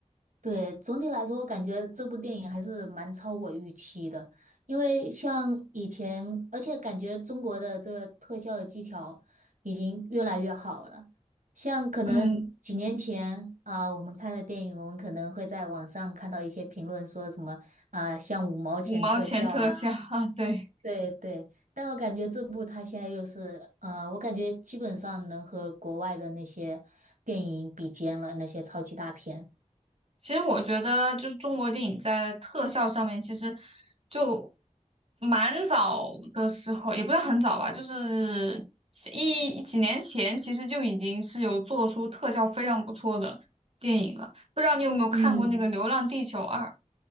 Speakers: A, on the right; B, on the right.
A: 对，总体来说，我感觉这部电影还是蛮超我预期的，因为像以前，而且感觉中国的这个特效的技巧已经越来越好了。像可能几年前啊，
B: 嗯，
A: 我们看的电影，我们可能会在网上看到一些评论说什么啊，像五毛钱特效啊。
B: 五毛钱特效 <laughs> 啊，对。
A: 对对，但我感觉这部它现在又是，呃，我感觉基本上能和国外的那些电影比肩了，那些超级大片。
B: 其实我觉得，就是中国电影在特效上面，其实就蛮早的时候，也不是很早吧，就是一几年前，其实就已经是有做出特效非常不错的电影了。不知道你有没有看过那个《流浪地球二》？
A: 嗯，